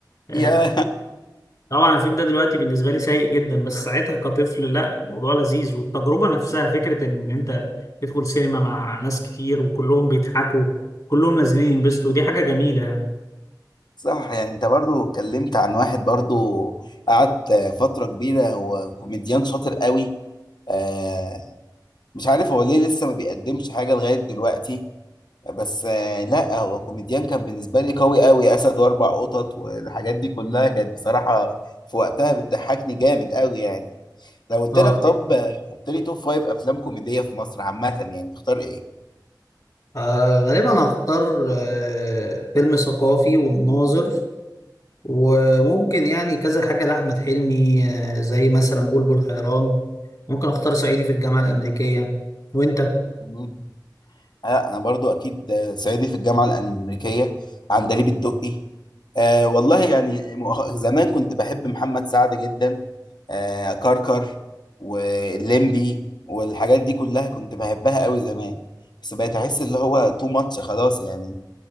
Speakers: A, on the left (about 55°); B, on the left (about 70°).
A: آه،
B: يا
A: طبعا الفيلم ده دلوقتي بالنسبه لي سيء جدا بس ساعتها كطفل لا موضوع لذيذ والتجربه نفسها فكره ان انت تدخل سينما مع ناس كتير وكلهم بيضحكوا كلهم نازلين ينبسطوا دي حاجه جميله يعني
B: <laughs> صح يعني انت برضو اتكلمت عن واحد برضو قعد آه، فترة كبيرة هو كوميديان شاطر قوي آه مش عارف هو ليه لسه ما بيقدمش حاجة لغاية دلوقتي بس آه لا هو كوميديان كان بالنسبة لي قوي قوي أسد وأربع قطط والحاجات دي كلها كانت بصراحة في وقتها بتضحكني جامد قوي يعني لو قلت
A: اه
B: لك طب
A: دي حقيقة.
B: آه، قلت لي توب فايف أفلام كوميدية في مصر عامة يعني تختار
A: آه غالبا هختار آه فيلم ثقافي والناظر وممكن يعني كذا حاجة لأحمد حلمي آه زي مثلا بلبل حيران ممكن اختار صعيدي في الجامعة الأمريكية وانت
B: إيه؟ آه، انا برضو اكيد آه، صعيدي في الجامعه الامريكيه عندليب الدقي آه والله يعني مؤخ- زمان كنت بحب محمد سعد جدا آه كركر واللمبي والحاجات دي كلها كنت بحبها قوي زمان بس بقيت احس اللي هو تو ماتش خلاص يعني